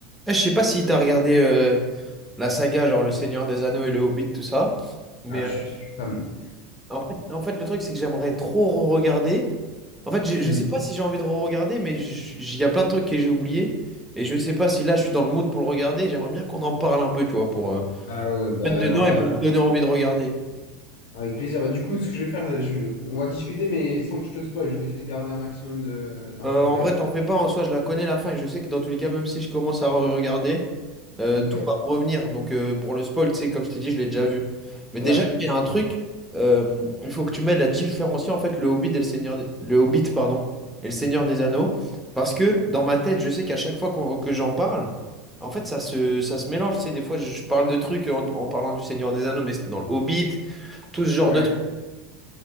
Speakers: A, in the centre; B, on the left.
A: Eh, je sais pas si t'as regardé euh, la saga, genre Le Seigneur des Anneaux et Le Hobbit, tout ça. Mais
B: Ah, je
A: euh,
B: suis je suis fan.
A: en fait, en fait, le truc, c'est que j'aimerais trop regarder. En fait, je, je
B: Mhm.
A: sais pas si j'ai envie de regarder, mais j- j- il y a plein de trucs que j'ai oubliés. Et je sais pas si là, je suis dans le mood pour le regarder. J'aimerais bien qu'on en parle un peu, tu vois, pour euh,
B: Ah ouais, bah
A: être dedans
B: alors là,
A: et pour
B: euh,
A: vous donner envie de regarder.
B: Avec plaisir. Bah, du coup, ce que je vais faire, je- on va discuter, mais sans que je te spoil, je vais essayer de garder un maximum de- d'infos
A: Euh, en
B: quand
A: vrai,
B: même.
A: t'en fais pas, en soi, je la connais la fin. Et je sais que dans tous les cas, même si je commence à regarder, Euh,
B: ok.
A: tout va me revenir. Donc euh, pour le spoil, tu sais, comme je t'ai dit, je l'ai déjà vu. Mais
B: Ouais,
A: déjà, il y a un truc, euh, il faut que tu m'aides à différencier en fait le Hobbit et le Seigneur, des- le Hobbit, pardon, et le Seigneur des Anneaux, parce que dans ma tête, je sais qu'à chaque fois qu'on- que j'en parle, en fait, ça se, ça se mélange. Tu sais, des fois, je parle de trucs en, en parlant du Seigneur des Anneaux, mais c'était dans le Hobbit, tout ce genre
B: ouais.
A: de trucs.